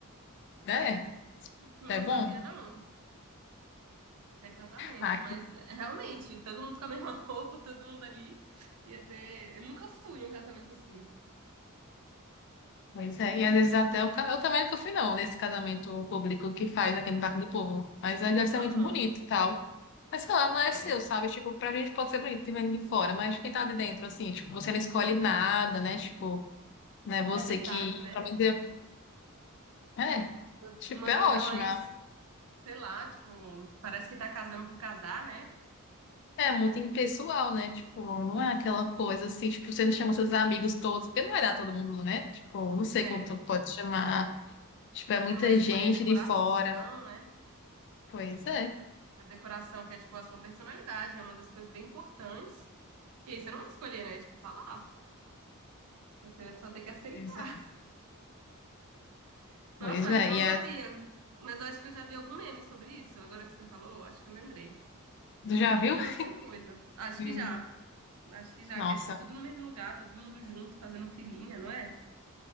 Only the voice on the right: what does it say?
Tipo, Eu
não
sabia, não. É casamento,
mas é, realmente, todo mundo com a mesma <laughs> roupa, todo mundo ali. Ia ser. Eu nunca fui em um casamento assim.
Aham.
É,
é verdade,
né?
Uma
uma
coisa
mais, sei lá, tipo, parece que tá casando por casar, né?
É.
Você não vai escolher
decoração,
né?
A decoração que é, tipo, a sua personalidade, é uma das coisas bem importantes. E aí você não vai escolher, né? Tipo, tá lá. Você só tem que aceitar.
<laughs>
Nossa, mas
não
sabia. Mas eu acho que eu já vi algum meme sobre isso. Agora que você falou, acho que eu lembrei.
Alguma,
alguma coisa. Acho
que já. Acho que já,
que é tipo tudo no mesmo lugar, todo mundo junto, fazendo filinha, não é?